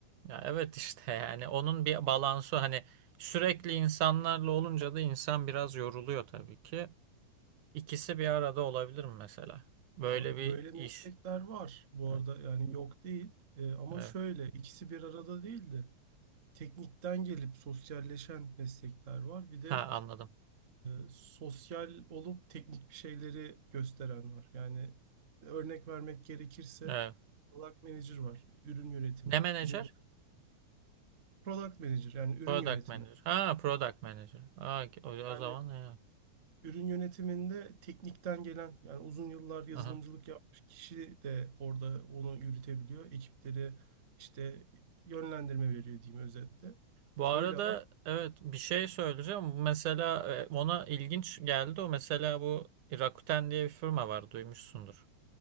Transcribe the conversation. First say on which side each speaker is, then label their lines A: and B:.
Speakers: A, on the right; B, on the right.
A: Ya evet işte <laughs> yani onun bir balansı hani sürekli insanlarla olunca da insan biraz yoruluyor tabii ki. İkisi bir arada olabilir mi mesela? Böyle
B: Ya böyle
A: bir
B: meslekler
A: iş.
B: var bu
A: Evet.
B: arada yani yok değil E, ama
A: evet.
B: şöyle ikisi bir arada değil de teknikten gelip sosyalleşen meslekler var bir de
A: Ha anladım.
B: e, sosyal olup teknik bir şeyleri gösteren var yani örnek vermek gerekirse
A: Evet.
B: product manager var ürün yönetimi
A: Ne menajer?
B: ürün product manager yani ürün
A: Product
B: yönetimi
A: manager. Ha product manager. Ha, o,
B: yani
A: o zaman ya.
B: Ürün yönetiminde teknikten gelen yani uzun yıllar yazılımcılık
A: Aha.
B: yapmış kişi de orada onu yürütebiliyor. Ekipleri işte yönlendirme veriyor diyeyim özetle.
A: Bu arada
B: Öyle var.
A: evet bir şey söyleyeceğim. Mesela e, ona ilginç geldi. O mesela bu Rakuten diye bir firma var. Duymuşsundur.